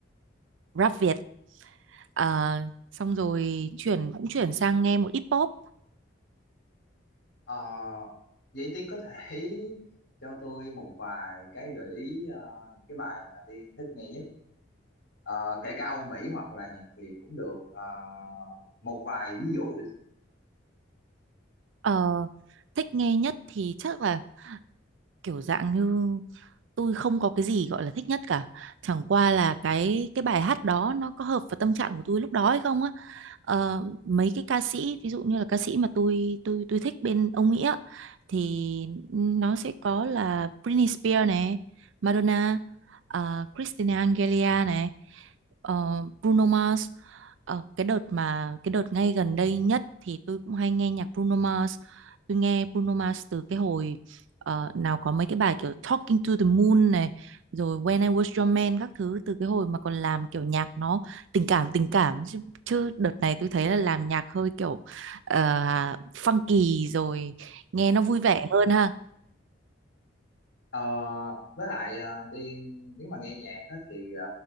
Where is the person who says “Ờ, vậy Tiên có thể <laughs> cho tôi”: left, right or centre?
Left